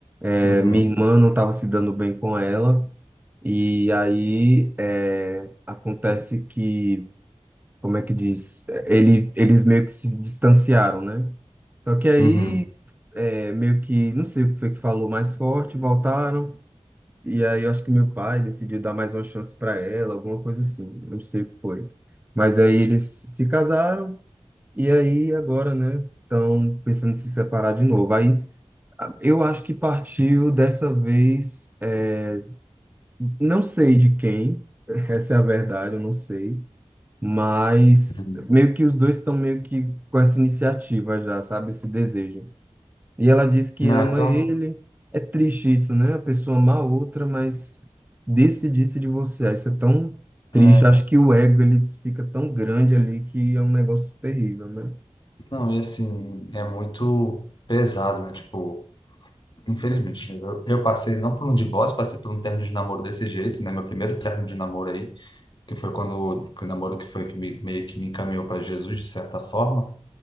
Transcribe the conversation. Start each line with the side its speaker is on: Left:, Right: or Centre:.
Right: É,
Left: Uhum,
Right: minha irmã não estava se dando bem com ela, e aí é, acontece que, como é que diz? Ele, eles meio que se distanciaram, né? Só que aí,
Left: uhum,
Right: é, meio que, não sei o que foi que falou mais forte, voltaram. E aí eu acho que meu pai decidiu dar mais uma chance para ela, alguma coisa assim, não sei o que foi. Mas aí eles se casaram e aí agora, né, estão pensando em se separar de novo. Aí a- eu acho que partiu dessa vez, é, não sei de quem, <laughs> essa é a verdade, eu não sei. Mas
Left: uhum.
Right: meio que os dois estão meio que com essa iniciativa já, sabe, esse desejo. E ela diz que
Left: Ah,
Right: ama
Left: então,
Right: ele. É triste isso, né? A pessoa ama a outra, mas decidir-se de você. Ah, Isso é tão triste.
Left: é,
Right: Acho que o ego ele fica tão grande ali que é um negócio terrível, né?
Left: não, e assim, é muito pesado, né, tipo Infelizmente, eu, eu passei não por um divórcio, passei por um término de namoro desse jeito, né? Meu primeiro término de namoro aí, que foi quando que o namoro que foi que me, meio que me encaminhou para Jesus de certa forma,